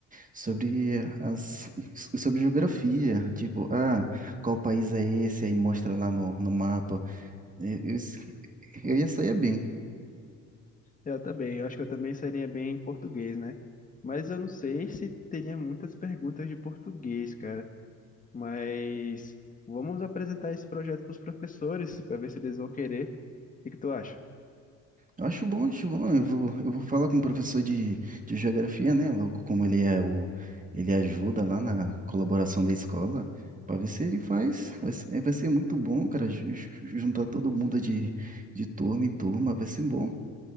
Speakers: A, on the right; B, on the left.
A: sobre as, sobre geografia, tipo, ah, qual país é esse? Aí mostra lá no, no mapa. Eu, eu, s- eu ia sair bem.
B: Eu também, eu acho que eu também seria bem em português, né? Mas eu não sei se teria muitas perguntas de português, cara. Mas vamos apresentar esse projeto para os professores para ver se eles vão querer. O que que tu acha?
A: Eu Acho bom, acho bom. Eu vou, eu vou falar com o professor de, de geografia, né? Logo como ele é o, ele ajuda lá na colaboração da escola, para ver se ele faz. Vai, ser- vai ser muito bom, cara, ju- ju- juntar todo mundo de, de turma em turma, vai ser bom.